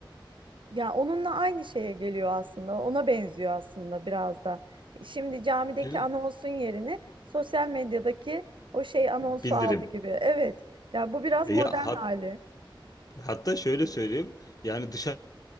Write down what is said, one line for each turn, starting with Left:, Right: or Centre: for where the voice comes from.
Right: ya onunla aynı şeye geliyor aslında. Ona benziyor aslında biraz da. Şimdi camideki
Left: Evet.
Right: anonsun yerine sosyal medyadaki o şey anonsu
Left: Bildirim.
Right: aldı gibi. Evet. Ya bu biraz
Left: E,
Right: modern
Left: Ya hat,
Right: hali.
Left: hatta şöyle söyleyeyim. Yani dışarı